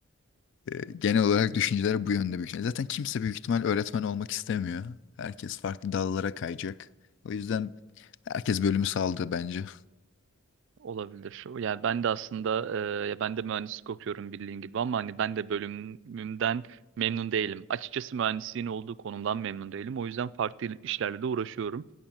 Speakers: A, on the left; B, on the right.
A: Ee, genel olarak düşünceler bu yönde büyük ihtimal. Zaten kimse büyük ihtimal öğretmen olmak istemiyor. Herkes farklı dallara kayacak. O yüzden herkes bölümü saldı bence.
B: Olabilir. Yani ben de aslında e, ya ben de mühendislik okuyorum bildiğin gibi ama hani ben de bölümümden memnun değilim. Açıkçası mühendisliğin olduğu konumdan memnun değilim. O yüzden farklı işlerle de uğraşıyorum.